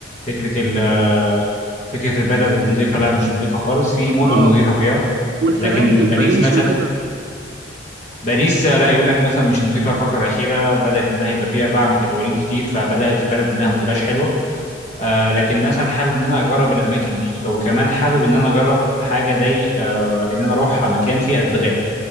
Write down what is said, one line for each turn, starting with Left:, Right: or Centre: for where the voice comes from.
Left: فكره ال آه، فكره البلد نظيفه لا مش نظيفه خالص في مدن
Right: آه،
Left: نظيفه فيها
Right: والفيران
Left: لكن
Right: اللي
Left: باريس
Right: في باريس
Left: مثلا
Right: وكده
Left: باريس آه، لا يقول لك مثلا مش نظيفه الفتره الاخيره بدات انها يبقى فيها باع متجولين كتير فبدات البلد انها ما تبقاش حلوه آه لكن مثلا حابب ان انا اجرب الاماكن دي وكمان حابب ان انا اجرب حاجه زي آه ان انا اروح مكان فيه ادغال